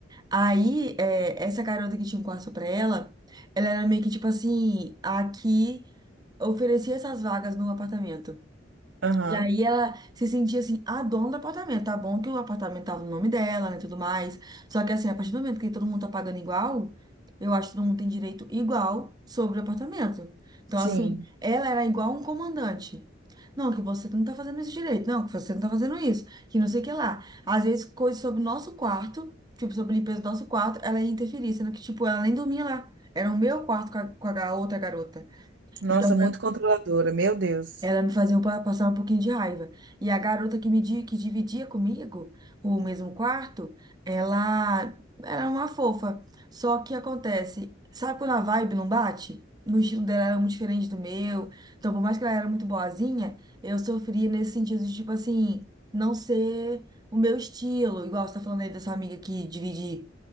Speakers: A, on the right (about 20°); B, on the right (about 70°).
A: aí é, essa garota que tinha um quarto só pra ela, ela era meio que tipo assim, a que oferecia essas vagas no apartamento.
B: Aham.
A: E aí ela se sentia assim, a dona do apartamento. Tá bom que o apartamento tava no nome dela, né, tudo mais. Só que assim, a partir do momento que todo mundo tá pagando igual, eu acho que todo mundo tem direito igual sobre o apartamento. Então,
B: Sim.
A: assim, ela era igual um comandante. Não, que você não tá fazendo esse direito. Não, que você não tá fazendo isso. Que não sei o que lá. Às vezes, coisas sobre o nosso quarto, tipo, sobre a limpeza do nosso quarto, ela ia interferir, sendo que, tipo, ela nem dormia lá. Era o meu quarto com a, com a ga- outra garota.
B: Nossa,
A: Então,
B: muito controladora, meu Deus.
A: ela me fazia um pa- passar um pouquinho de raiva. E a garota que me di- que dividia comigo o mesmo quarto, ela era uma fofa. Só que acontece, sabe quando a vibe não bate? O estilo dela era muito diferente do meu. Então, por mais que ela era muito boazinha, eu sofria nesse sentido de, tipo assim, não ser o meu estilo. Igual você tá falando aí dessa amiga que divide